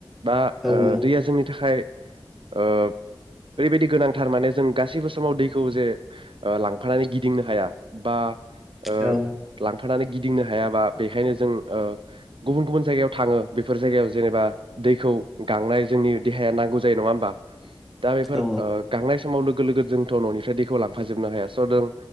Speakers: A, on the right; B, in the centre.
A: बा
B: उम
A: ओ दैया जोंनि थाखाय ओ ओरैबायदि गोनांथार माने जों गासैबो समाव दैखौ जे ओ लांफानानै गिदिंनो हाया बा ओ
B: औ
A: लांफानानै गिदिंनो हायाबा बेखायनो जों ओ गुबुन गुबुन जायगायाव थांङो बेफोर जायगायाव जेनेबा दैखौ गांनाय जोंनि देहाया नांगौ जायो नङा ओमबा? दा बेफोर
B: औ
A: ओ गांनाय समाव लोगो लोगो जोंथ न'निफ्राय दैखौ लांफा जोबनो हाया स जों